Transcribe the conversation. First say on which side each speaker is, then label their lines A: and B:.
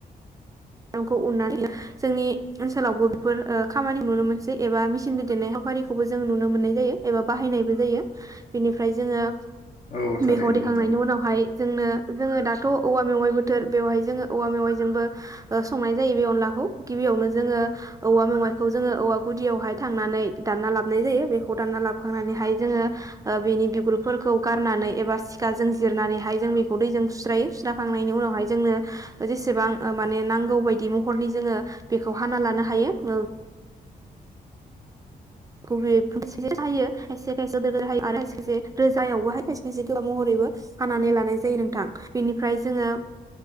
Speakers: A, on the right; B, on the left.
A: रंखौ उन्नानै जोंनि ओनसोलावबो बेफोर ओ खामानिखो नुनो मोनसै एबा मेसिन दैदेननाय हाबाफारिखौबो जों नुनो मोननाय जायो एबा बाहायनायबो जायो बेनिफ्राय जोङो
B: औ थारैनो
A: बेखौ देखांनायनि
B: नोंथां
A: उनावहाय जोंनो जोङो दाथ' औवा मेवाइ बोथोर बेवहाय जोङो औवा मेवाइजोंबो ओ संनाय जायो बे अनलाखौ गिबियावनो जोङो औवा मेवाइखौ जोङो औवा गुदियावहाय थांनानै दानना लाबनाय जायो बेखौ दानना लाबखांनानैहाय जोङो ओ बेनि बिगुरफोरखौ गारनानै एबा सिखाजों जिरनानैहाय जों बेखौ दैजों सुस्रायो सुस्राखांनायनि उनावहाय जोंनो जेसेबां माने नांगौ बायदि महरनि जोङो बेखौ हाना लानो हायो ओ गुबेैयै मोनसे हायो खायसे खायसे गो हायो आरो खाय खायसे रोजायावबोहायो खायसे खायसे गोबाव महरैबो हानानै लानाय जायो नोंथां बेनिफ्राय जोङो